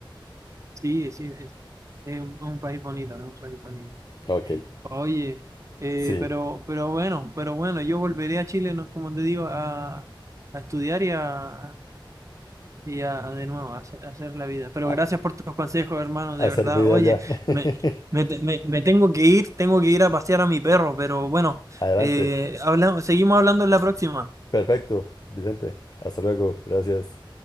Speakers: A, on the right; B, on the left.
A: Sí, sí, es, es un, un país bonito, es un país bonito.
B: Ok,
A: Oye, eh,
B: sí,
A: pero, pero bueno, pero bueno, yo volveré a Chile, ¿no? Como te digo, a, a estudiar y a, y a, a de nuevo, a hacer, a hacer la vida. Pero
B: a,
A: gracias por tus consejos, hermano, de
B: a hacer
A: verdad.
B: vida
A: Oye,
B: ya.
A: me,
B: <laughs>
A: me, te- me- me tengo que ir, tengo que ir a pasear a mi perro, pero bueno,
B: Adelante.
A: eh, hablamos, seguimos hablando en la próxima.
B: Perfecto, Vicente. Hasta luego. Gracias.